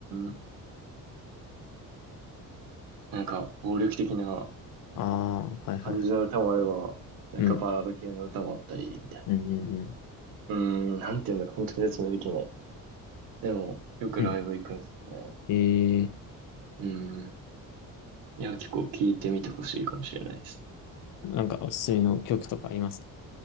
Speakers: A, on the right; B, on the left.
A: ん、なんか、暴力的な、
B: ああ、はい、
A: 感じの歌もあれば、
B: はい。
A: なんかバラード系の歌もあったり、
B: うん、
A: みたい
B: うん、うん、うん。
A: な。うーん、なんて言うんだろう、本当に説明できない。でも、よくライブ行くんですよね。
B: うんえ
A: うん。いや、結構聞いてみてほしいかもしれないですね。
B: ー、なんかおすすめの曲とかあります